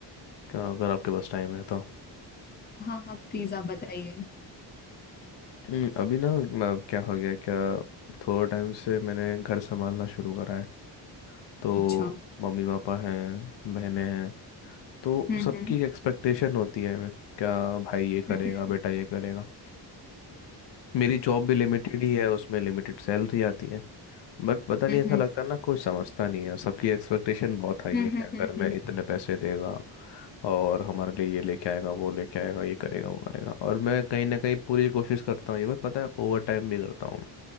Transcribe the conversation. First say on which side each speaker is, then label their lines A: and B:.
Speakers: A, on the left; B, on the left.
A: क्या अगर आपके पास टाइम है तो
B: हाँ हाँ प्लीज आप बताइए
A: हम्म, अभी ना मैं- क्या हो गया क्या थोड़े टाइम से मैंने घर संभालना शुरू करा है तो
B: अच्छा
A: मम्मी पापा हैं बहनें हैं तो
B: हम्म
A: सबकी
B: हम्म
A: एक्सपेक्टेशन होती है मैं क्या भाई ये करेगा
B: हम्म
A: बेटा ये करेगा मेरी जॉब भी लिमिटेड ही है उसमें लिमिटेड सैलरी आती है बट पता नहीं
B: हम्म
A: ऐसा
B: हम्म
A: लगता है ना कोई समझता नहीं है सबकी एक्सपेक्टेशन बहुत हाई
B: हम्म
A: है
B: हम्म
A: क्या घर
B: हम्म हम्म
A: में
B: हम्म
A: इतने
B: हम्म।
A: पैसे देगा और हमारे लिए ये लेके आएगा वो लेके आएगा ये करेगा वो करेगा और मैं कहीं ना कहीं पूरी कोशिश करता हूँ ये बात पता है ओवर टाइम भी करता हूँ